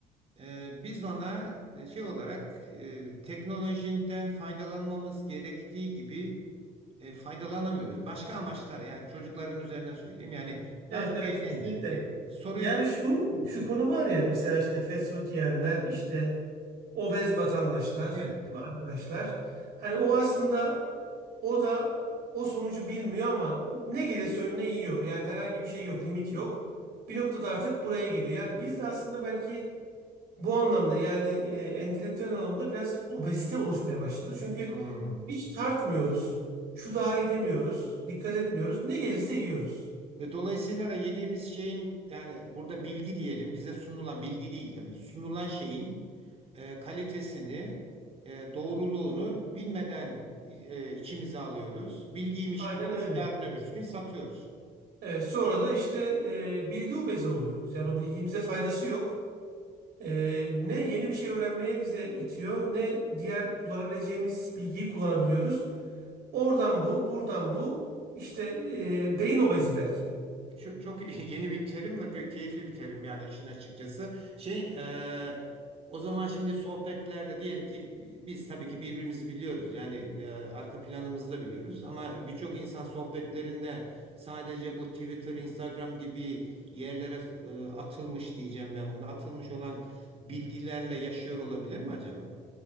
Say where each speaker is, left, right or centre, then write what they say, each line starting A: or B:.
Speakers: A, on the right (about 35°); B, on the right (about 65°).
A: ee, biz ona e, şey olarak e, teknolojiden faydalanmamız gerektiği gibi e, faydalanamıyoruz. Başka amaçlar yani çocukların üzerine söyleyeyim. Yani daha
B: Evet
A: çok
B: evet
A: eğlence.
B: kesinlikle.
A: Yani soruyu
B: Yani şu
A: Hı,
B: şu konu var ya mesela işte fast food yiyenler işte obez vatandaşlar
A: evet.
B: değil mi arkadaşlar. Hani o aslında o da o sonucu bilmiyor ama ne gelirse önüne yiyor. Yani herhangi bir şey yok, limit yok. Bir noktada artık buraya geliyor. Yani biz de aslında belki bu anlamda yani e, entelektüel anlamda biraz obezite oluşmaya başladı. Çünkü
A: Hmm.
B: hiç tartmıyoruz. Şu daha iyi demiyoruz. Dikkat etmiyoruz. Ne gelirse yiyoruz.
A: Ve dolayısıyla da yediğimiz şeyin yani burada bilgi diyelim bize sunulan bilgi değil tabii sunulan şeyin e, kalitesini e, doğruluğunu bilmeden e, içimize alıyoruz. Bilgiymiş
B: Aynen
A: gibi de
B: öyle.
A: yarın öbürsü gün satıyoruz.
B: Evet, sonra da işte e, bilgi obezi oluyoruz. Yani o bilgimize faydası yok. E, ne yeni bir şey öğrenmeye bize itiyor, ne diğer kullanabileceğimiz bilgiyi kullanabiliyoruz. Oradan bu, buradan bu. İşte e, beyin obezi belki.
A: Çok, çok <laughs> yeni bir terim ve key- keyifli bir terim yani işin açıkçası. Şey e, o zaman şimdi sohbetlerde diyelim ki biz tabii ki birbirimizi biliyoruz. Yani e, arka planımızı da biliyoruz ama birçok insan sohbetlerinde sadece bu Twitter, Instagram gibi yerlere e, atılmış diyeceğim ben bunu. Atılmış olan bilgilerle yaşıyor olabilir mi acaba?